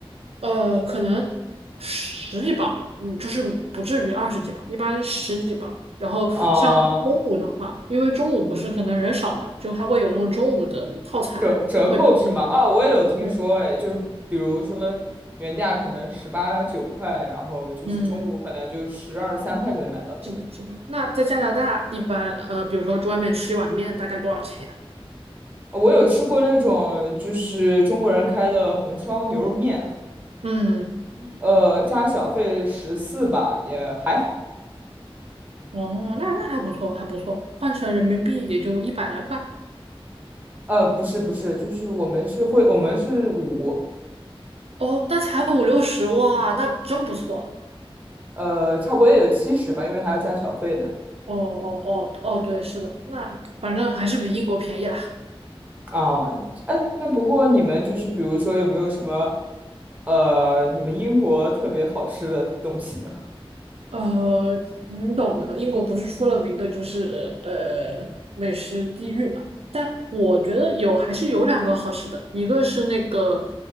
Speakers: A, on the right; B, on the right.
A: 呃，可能十几磅吧，嗯，就是不至于二十几磅，一般十几磅。然后像中午的话，
B: 啊，
A: 因为中午不是可能人少嘛，就它会有那种中午的套餐，
B: 折折扣是吗？
A: 会便宜一点。
B: 啊，我也有听说，
A: 对，
B: 哎，就是比如说原价可能十八九块，然后就是中午可能就十二三块就能买到这样。
A: 嗯。是的，是的。那在加拿大，一般呃，比如说外面吃一碗面，大概多少钱呀？
B: 我有吃过那种就是中国人开的红烧牛肉面。
A: 嗯，
B: 呃，加小费十四吧，也还好。
A: 哦，那那还不错，还不错，换成人民币也就一百来块。
B: 呃，不是不是，就是我们是会，我们是五，
A: 哦，那才五六十，哇，那真不错。
B: 呃，差不多也有七十吧，因为还要加小费呢。
A: 哦哦哦哦，对，是的，那反正还是比英国便宜啦。
B: 啊，哎，那不过你们就是比如说有没有什么，呃，你们英国特别好吃的东西呢？
A: 呃，你懂的，英国不是出了名的就是呃美食地狱嘛？但我觉得有还是有两个好吃的，一个是那个